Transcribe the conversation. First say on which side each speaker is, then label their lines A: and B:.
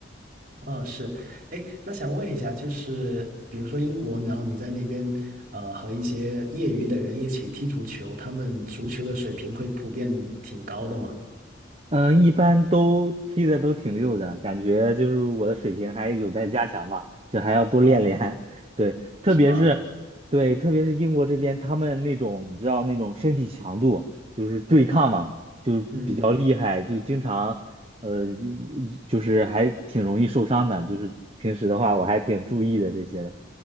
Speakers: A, on the right; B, on the right.
A: 嗯，是，哎，那想问一下，就是比如说英国，然后你在那边，呃，和一些业余的人一起踢足球，他们足球的水平会普遍挺高的嘛？
B: 嗯，一般都踢的都挺溜的，感觉就是我的水平还有待加强吧，就还要多练练。
A: 啊，
B: <laughs> 对，特别是对，
A: 是吧？
B: 特别是英国这边，他们那种你知道那种身体强度，就是对抗嘛，就比较厉害，
A: 嗯嗯
B: 就经常呃就就是还挺容易受伤的。就是平时的话，我还挺注意的这些的。